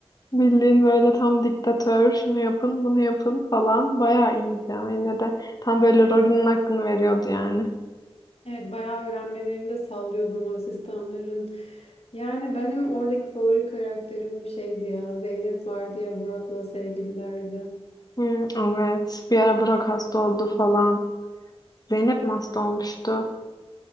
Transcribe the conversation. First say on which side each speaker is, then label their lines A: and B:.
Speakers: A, on the left; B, on the left.
A: Bildiğin böyle tam diktatör, şunu yapın, bunu yapın falan. Bayağı iyiydi ama yine de tam böyle rolünün hakkını veriyordu yani.
B: Evet bayağı öğrenmelerini de sallıyordum asistanların. Yani benim oradaki favori karakterim bir şeydi ya. Zeynep vardı ya Burak'la sevgililerdi.
A: Hı, evet. Bir ara Burak hasta oldu falan. Zeynep mi hasta olmuştu?